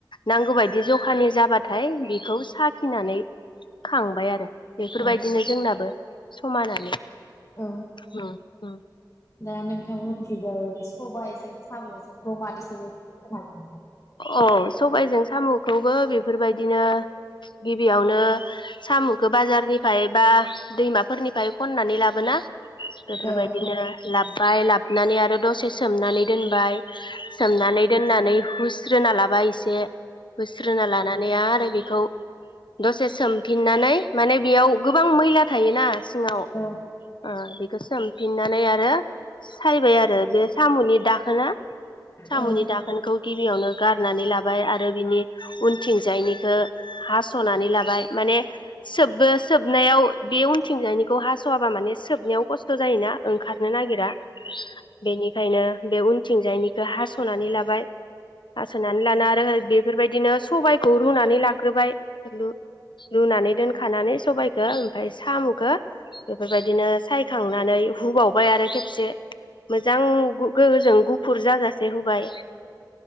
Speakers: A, on the left; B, on the left.
A: नांगौबायायदि जखानि जाबाथाय बेखौ साखिनानै खांबाय आरो बेफोरबायदिनो
B: औ
A: जोंनाबो समानानो
B: औ
A: उम हम
B: दा नोंथांमोनथिजाय सबाइजों साम'जों खौ मादि सोयो बेखौ <unintelligible> हागोन नामा
A: औ सबायजों साम'खौबो बेफोरबायदिनो गिबियावनो साम'खौ बाजारनिफ्राय बा दैमाफोरनिफ्राय खननानै लाबोना बेफोरबायदिनो
B: हागोन नामा?
A: लाब बाय लाबनानै आरो दसे सोमनानै दोनबाय सोमनानै दोननानै हुस स्रोना लाबाय इस से बोस्रोना लानानै आरो बि खौ दसे सोमफिननानै माने बेयाव गोबां मैला थायोना सिङाव
B: औ
A: ओ बेखौ सोमफिननानै आरो सायबाय आरो बे साम'नि दाखोना सामुनि
B: औ हायो
A: दाखोनखौ गिबियावनो गारनानै लाबाय आरो बिनि उनथिंजायनिखो हास'नानै लाबाय माने सोबबो सोबनायाव बे उनथिंजायनि खौ हास सआबा माने सोबनायाव खस्थ' जायोना ओंखारनो नागिरा बेनिखायनो बे उन थिंजायनिखौ हास'नानै लाबाय हासनानै लाना आरो बि बेफोरबायदिनो सबायखौ रुनानै लाग्रोबाय लु-लुनानै दोनखानानै सबायखौ ओमफ्राय साम'खौ बेफोरबायदिनो साय थांनानै हुबावबाय आरो खेबसे मोजां गु गोरोजों गु फुरजाजासे होबाय